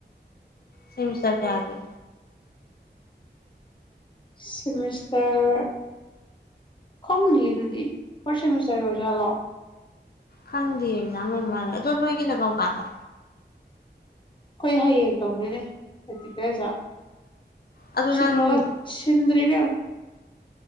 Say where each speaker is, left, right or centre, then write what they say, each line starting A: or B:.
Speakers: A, on the left; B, on the left.
A: ꯁꯦꯃꯤꯁꯇ꯭ꯔ ꯀꯌꯥꯒꯤ
B: ꯁꯦꯃꯤꯁꯇꯔ ꯈꯪꯅꯤꯌꯦ ꯑꯗꯨꯗꯤ ꯐꯥꯣꯔꯁ ꯁꯦꯃꯤꯁꯇꯔ ꯑꯣꯖꯥꯠꯂꯣ
A: ꯈꯪꯗꯦ ꯑꯦꯖꯝ ꯑꯣꯏꯔꯃꯥꯜꯂꯦ ꯑꯗꯣ ꯅꯣꯒꯤꯅ ꯀꯝ ꯀꯥꯟꯗ
B: ꯑꯩꯈꯣꯏ ꯍꯌꯦꯡ ꯇꯧꯗꯣꯏꯅꯦ ꯄ꯭ꯔꯦꯇꯤꯀꯦꯜ ꯑꯦꯖꯝ
A: ꯑꯗꯣ
B: ꯁꯤꯃꯟ
A: ꯅꯪ
B: ꯁꯤꯗꯔꯤ <unintelligible>